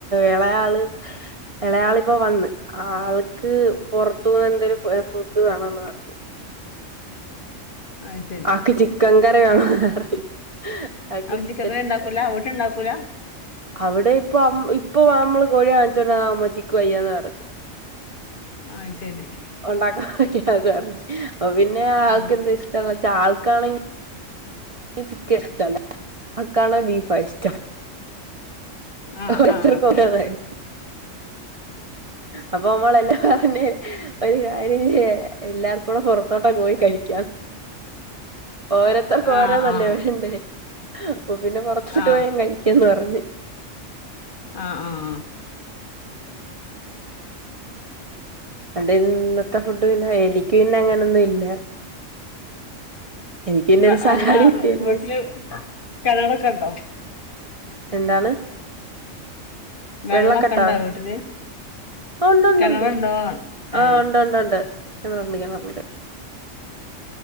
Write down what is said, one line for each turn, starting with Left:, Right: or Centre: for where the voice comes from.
Right: ഇളയാള് ഇളയാളിപ്പൊ വന്ന് ആള്ക്ക് പുറത്തുന്ന് എന്തെലും ഫെ ഫുഡ് വേണോന്ന് പറഞ്
Left: അത് ശരി
Right: ആക്ക് ചിക്കൻകറി വേണോന്ന് പറഞ്ഞു. ആൾക്ക്
Left: അപ്പൊ
Right: ചിക്കൻകറി
Left: ചിക്കൻ കറി ഉണ്ടാക്കൂല വീട്ടിൽ ഉണ്ടാക്കൂല
Right: അവിടെ ഇപ്പൊ അമ് ഇപ് ഇപ്പൊ നമ്മള് കോഴി വാങ്ങിച്ചോണ്ട് വന്നാ അമ്മച്ചിക്ക് വയ്യാന്ന് പറയും.
Left: ആഹ്‌ ശരി.
Right: ഒണ്ടാക്കാൻ വയ് അത് പറഞ്ഞ്. ഓ പിന്നെ
Left: ആ
Right: ആൾക്കെന്താ ഇഷ്ടാന്ന് വെച്ചാ ആൾ കാണെങ്കി ചിക്കൻ ഇഷ്ട്ടല്ല ആ കാണ ബീഫാ ഇഷ്ടം
Left: ആ
Right: ഓരോരുത്തർക്ക്
Left: ആ
Right: ഓരോന്ന ഇഷ്ട്ടം അപ്പൊ നമ്മളെല്ലാ <unintelligible> ഒരു കാര്യം ചെയ്യാം എല്ലാർക്കൂടെ പുറത്തോട്ടങ് പോയി കഴിക്കാം ഓരത്തർക്ക്
Left: ആ
Right: ഓരാന്നല്ലേ
Left: ആ ആ
Right: വേണ്ടേ പ്പ പിന്നെ പുറത്തോട്ട്
Left: ആ
Right: പോയങ്ങ് കഴിക്കന്ന് പറഞ്ഞ്
Left: ആ ആ ആ
Right: അന്റെ ഇന്നത്തെ ഫു ഡ് പിന്നെ എനിക്ക് പിന്നെ അങ്ങനൊന്നും ഇല്ല എനിക്ക് പിന്നെ
Left: വ
Right: ഒരു സലാഡ്
Left: അല്ലാ
Right: കിട്ടിയാല്
Left: വീട്ടില് കിണർ ഒക്കെണ്ടോ
Right: എന്താണ്
Left: വെള്ളമൊക്കെ
Right: വെള്ളക്കെട്ടോ
Left: ഉണ്ടോ വീട്ടില്
Right: ആ ഒണ്ട് ണ്ട്
Left: കിണറുണ്ടോ
Right: ണ്ട് ആ
Left: ഏ
Right: ഒണ്ട് ണ്ട് ഒണ്ട് കിണറുണ്ട് കിണറുണ്ട്